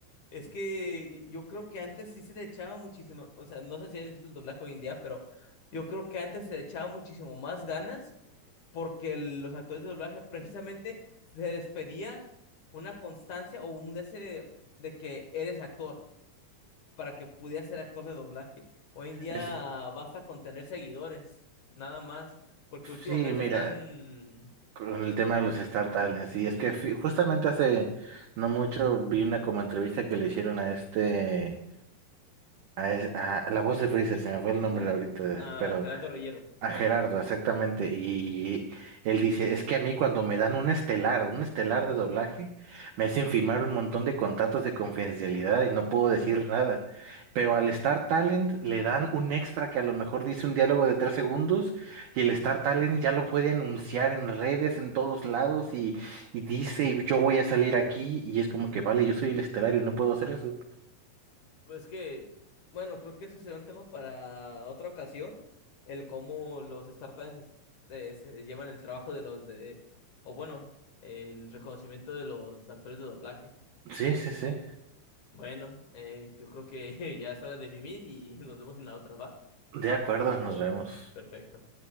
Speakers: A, on the left; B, on the right.
A: es que yo creo que antes sí se le echaba muchísimo, o sea, no sé si has visto el doblaje hoy en día, pero yo creo que antes se le echaba muchísimo más ganas porque los actores de doblaje precisamente se les pedía una constancia o un deseo de que eres actor. para que pudiera ser actor de doblaje. Hoy en día
B: Es,
A: basta con tener seguidores, nada más, porque últimamente
B: sí, mira.
A: están...
B: Con el tema de los Star Talents, y
A: Ujú,
B: es que fi- justamente hace no mucho vi una como entrevista que le hicieron a este, a, es- a- a la voz de Freezer, se me fue el
A: ujú.
B: nombre ahorita,
A: Ah,
B: pero
A: Gerardo Rillero.
B: a Gerardo, exactamente. Y él dice, es que a mí cuando me dan un estelar, un estelar de doblaje, me hacen firmar un montón de contratos de confidencialidad y no puedo decir nada. Pero al Star Talent le dan un extra que a lo mejor dice un diálogo de tres segundos y el Star Talent ya lo puede anunciar en redes, en todos lados y, y dice, yo voy a salir aquí y es como que, vale, yo soy el estelar y no puedo hacer eso.
A: Pues que, bueno, creo que eso será un tema para otra ocasión, el cómo los startups eh, se llevan el trabajo de los de, o bueno, el reconocimiento de los actores de doblaje.
B: Sí, sí, sí.
A: Bueno, eh, yo creo que <laughs> ya es hora de mimir y nos vemos en la otra, ¿va?
B: De acuerdo, nos
A: <laughs>
B: vemos.
A: Perfecto.